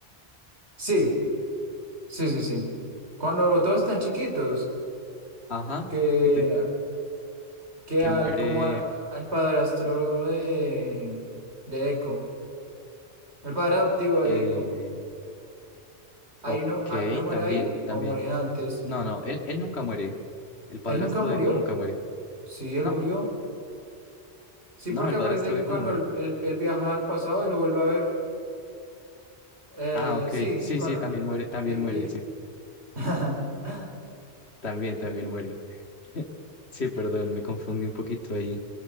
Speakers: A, on the right (about 80°); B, on the left (about 75°).
A: Sí, sí, sí, sí. Cuando todos están chiquitos,
B: Ajá,
A: que,
B: de-
A: que
B: que
A: al,
B: muere.
A: como al, al padrastro de, de Eco, el padre adoptivo de
B: Eh,
A: Eco, ahí
B: ok,
A: no, ahí no muere
B: también,
A: ahí
B: también.
A: o muere antes.
B: No, no, él, él nunca muere. El padrastro
A: ¿Él nunca murió?
B: de Eco nunca muere.
A: Sí, él
B: No.
A: murió. Sí,
B: No,
A: porque
B: el
A: acuérdate
B: padrastro
A: que
B: de Eco
A: cuando
B: no muere.
A: él, él él viaja al pasado, él lo vuelve a ver. Eh,
B: Ah, ok.
A: sí,
B: Sí,
A: sí, cuando...
B: sí, también muere, también
A: y-
B: muere,
A: y-
B: sí,
A: <laughs>
B: también, también muere. <laughs> Sí, perdón, me confundí un poquito ahí.